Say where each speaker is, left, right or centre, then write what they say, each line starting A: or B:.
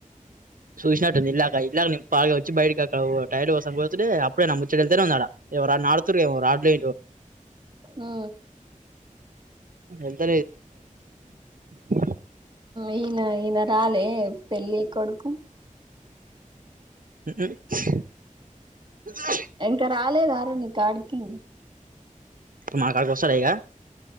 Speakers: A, on the right; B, on the right.
A: చూసినట్టు ఉంది ఇందాక ఇందాక నేన బాగా వచ్చి బయటకి అక్కడ డైర్ కోసం పోతుే అప్పుడే నమ్ ముచ్చ వెళ్తేనే ఉన్నాడా ఎ నాడుతతుారు రాట్లే
B: ఆ
A: ఎంత <unintelligible>
B: ఈయన ఈయన రాలే పెళ్ళి కొడుకు
A: <unintelligible>
B: ఇంకా రాలేదార నీ కాడికి
A: నా కాడికి వస్తాడా ఇక